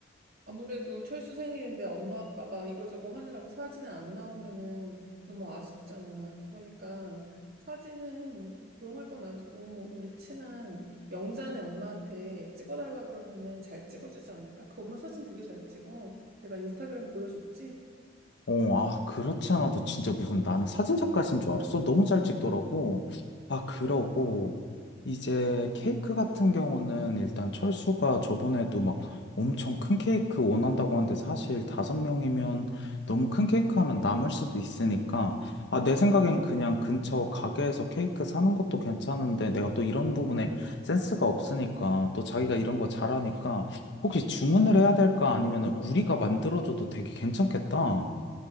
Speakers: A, on the right; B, on the left.
A: 아무래도 철수 생일인데 엄마 아빠가 이거저거 하느라고 사진은 안 나오면은 너무 아쉽잖아. 그러니까 사진은 고용할 건 아니고 우리 친한 영자네 엄마한테 찍어달라 그러면은 잘 찍어주지 않을까? 그 엄마 사진 되게 잘 찍어. 내가 인스타그램 보여줬지?
B: 어, 아, 그렇지 않아도 진짜 무슨 나는 사진작가신 줄 알았어. 너무 잘 찍더라고. 아, 그러고,
A: 그러니까
B: 이제 케이크 같은 경우는 일단 철수가 저번에도 막 엄청 큰 케이크 원한다고 하는데 사실 다섯 명이면 너무 큰 케이크 하면 남을 수도 있으니까, 아, 내 생각엔 그냥 근처 가게에서 케이크 사는 것도 괜찮은데 내가 또 이런 부분에 센스가 없으니까 또 자기가 이런 거 잘하니까 혹시 주문을 해야 될까? 아니면 우리가 만들어줘도 되게 괜찮겠다.